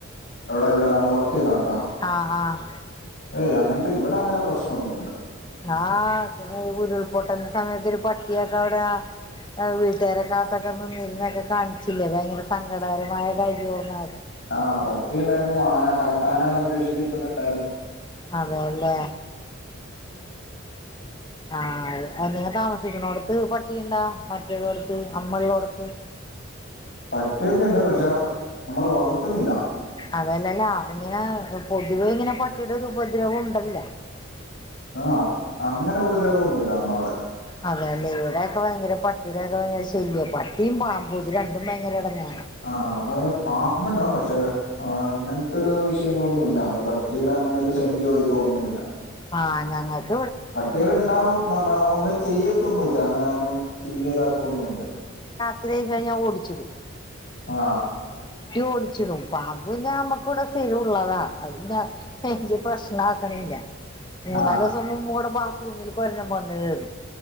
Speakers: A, on the left; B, on the left.
A: എവിടെ ഇവിടെ നമ്മള് വർക്കെ യ്നോട്ത്തോ
B: ആഹ് ആഹ്
A: ഏയ് അങ്ങനത്തെ ഇവിടെ അങ്ങനെ പ്രശ്നൊന്നുല്ല.
B: ആഅ ഉരുൾപൊട്ടല് സമയത്ത് ഒരു പട്ടിയൊക്കെ അവിടെ ആ അ വീട്ടാരെ കാത്തൊക്കെ നിന്നിരുന്ന കാണിച്ചില്ലേ ഭയങ്കര സങ്കടകരമായ കാര്യോർന്ന്.
A: ആ പട്ടിയുണ്ടായിരുന്നു ആന കാട്ടാന സംരക്ഷ് <unintelligible> ണ്ടായിരുന്നു
B: അതെല്ലേ? ആ ആ നി താമസിക്കുന്നോടത്ത് പട്ടിയുണ്ടാ മറ്റോട്ത്ത് അമ്മളോട്ത്ത്
A: പട്ടിയൊക്കെണ്ട് പക്ഷെ നമ്മള് വളർത്തുന്നില്ല.
B: അതല്ലല്ലാ ഇങ്ങനെ പൊതുവെ ഇങ്ങനെ പട്ടിടെരു ഉപദ്രവം ഉണ്ടല്ല
A: ആ അങ്ങനെ ഉപദ്രവം ഒന്നുൽ നമ്മളവ്ടെ
B: അതെല്ലേ ഇവിടെക്കെ ഭയങ്കര പട്ടിടൊക്കെ ഭയങ്കര ശല്യ പട്ടിം പാമ്പും ഇത് രണ്ടും ഭയങ്കര ഇടങ്ങ
A: ആ നമ്മടവിടെ പാമ്പ്ണ്ടാവും പക്ഷെ ആ അങ്ങൻത്തൊരു വിഷയങ്ങളൊന്നുല്ല നമ്മ പട്ടിയുടെ അങ്ങനെ ഒരു ശല്യോ ഇതോ ഒന്നുല്ല.
B: ആ ഞങ്ങക്
A: പട്ടികള് ഇണ്ടാവും നമ്മേ ഒന്നു ചെയ്യത്തൊന്നുല്ല അങ്ങനെ ഒന്നും ചെയ്യു <unintelligible> കൊന്നുല്ല
B: ത്രി കുറെ കഴിഞ്ഞ് ഓടിച്ചു
A: ആ
B: ഓടിച്ചു വിടും പാമ്പു പിന്നെ നമുക്ക് ഇവിടെ സ്ഥിരം ഉള്ളതാണ് അത് വലിയ പ്രശ്നാക്കണില്ല. മൂന്നാല്
A: ആ
B: ദിവസം കൂടി മുമ്പ് പാമ്പ് റൂമിലേക്ക് ഒരെണ്ണം വന്നു കയറി